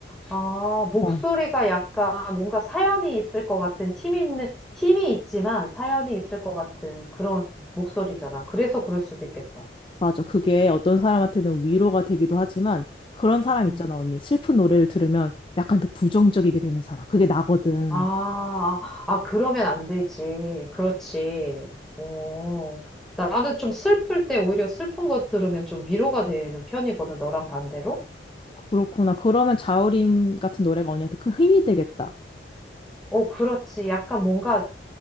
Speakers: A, in the centre; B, on the left.
A: 아, 목소리가
B: 어.
A: 약간 뭔가 사연이 있을 것 같은 힘 있는, 힘이 있지만 사연이 있을 것 같은 그런 목소리잖아. 그래서 그럴 수도 있겠다.
B: 맞아. 그게 어떤 사람한테는 위로가 되기도 하지만, 그런 사람
A: 음.
B: 있잖아, 언니. 슬픈 노래를 들으면 약간 더 부정적이게 되는 사람. 그게 나거든.
A: 아, 아, 아, 그러면 안 되지. 그렇지. 어, 나는 좀 슬플 때 오히려 슬픈 거 들으면 좀 위로가 되는 편이거든, 너랑 반대로.
B: 그렇구나. 그러면 자우림 같은 노래가 언니한테 큰 힘이 되겠다.
A: 어, 그렇지. 약간 뭔가